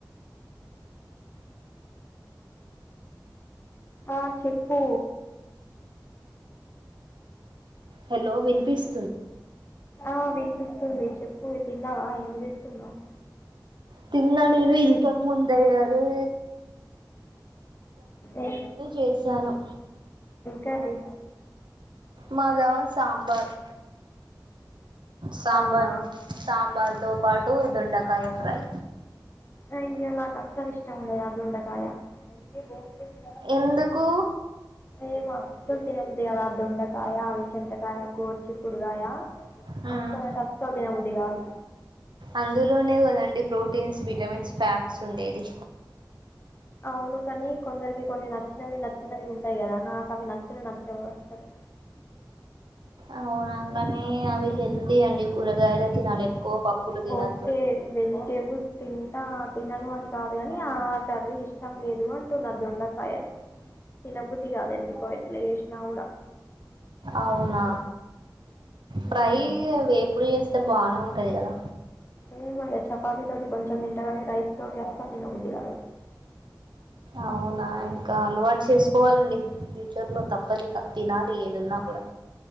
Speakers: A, on the left (about 30°); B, on the right (about 80°).
A: ఆ చెప్పు
B: హలో విన్పిస్
A: ఆ వి పిస్తుంది చెప్పు తిన్నావా ఏం చేస్తున్నావు
B: తిన్నాన్నానేను ఇల్తక్ ముందే్యరే
A: ఏ
B: చేశాను
A: కానీ
B: మద సాబార్ సాంబార్
A: అవునా
B: సాంబార్తో పాటు దొండకాయ ఫ్రై
A: అ ఇ్యలా కస్సలు ఇష్టము ఉండ అద్దండకాయ అ
B: ఎందుకు
A: ఏ మస్తుం తినబద అద దొండకాయ అవి చెంతకాయ గోర్చు కుడుగాయ
B: మ్మ్.
A: అస్తలు అంటే అస్తలు దిన అ కాదు
B: అందులోనే కదండి ప్రోటీన్స్ విటమిన్స్ ఫ్యాట్స్ ఉండేది
A: అవును కానీ కొందరికి కొన్ని నచ్చినవి నచ్చినవి ఉంటాయి కదా నాకు అవి నచ్చిన నచ్చవి వస్తుంది
B: అవునా కానే అవి హెల్దీ అండి కూరగాయలు తినాలి ఎక్కువ పప్పులు తినొద్దు
A: ఓకే వెజిటేబల్స్ తింటా తినను అని కాదు కాని ఆ కర్రీ ఇష్టం లేదు అంటున్న దొండకాయలు తినబుద్ది కాదు ఎందుకో ఎట్లా చేసినా కూడా
B: అవునా ఫ్రై
A: ఉమ్
B: వేపుడు చేస్త తె బానే ఉంటది కదా
A: ఏమానె చపాతి తోటి కొంచెం తింటగానే రైస్ తోటి అస్సల్ తినబుద్ది కాదు.
B: అవునా ఇంక అలవాటు చేసుకోవాలండి. ఫ్యూచర్లో తప్పదిక తినాలి ఏదున్నా కూడా